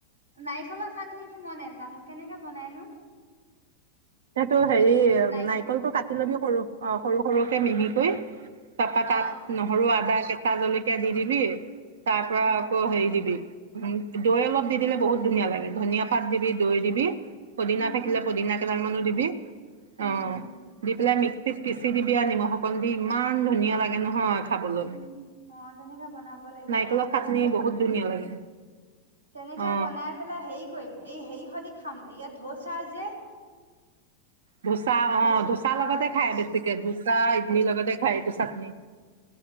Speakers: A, on the right; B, on the right.
A: নাৰিকলৰ চাটনিটো মই নেজানো। কেনেকে বনাইনো?
B: টো হেৰি
A: নাইক
B: নাৰিকলটো কাটি <unintelligible> কৰু অ সৰু সৰুকে মিহি কৰি। তাৰ পা তাত
A: অ
B: নহৰু আদা। কেচা জলকীয়া দি দিবি। তাৰ পৰা
A: অ
B: আকৌ হেৰি দিবি। দৈ অলপ দি দিলে বহুত ধুনীয়া লাগে, ধনীয়া পাত দিবি দৈ দিবি। পদিনা
A: উম
B: থাকিলে
A: উম
B: পদিনা মানু দিবি।
A: উম
B: অ
A: উম
B: দিপেলাই মিক্স পিচি দিবি আৰু নিমখ অকণ দি ইমান ধুনীয়া লাগে নহয়। খাবলৈ,
A: উম অ তেনেকে বনাব লাগিব
B: নাৰিকলৰ
A: দৈ
B: চাটনি
A: অকমান
B: বহুত ধুনীয়া লাগে।
A: তেনেকে
B: অ
A: বনাই পেলাই হেৰি কৰিম এই হেৰি সেইদি খাম ইয়া ঢৌচা যে।
B: ধোচা
A: ধচ
B: অ ধোচা
A: অ
B: লগতে
A: ধচ
B: খাই বেছিকে ধোচা, ইডলি লগতে। খাই এইটো চাটনি।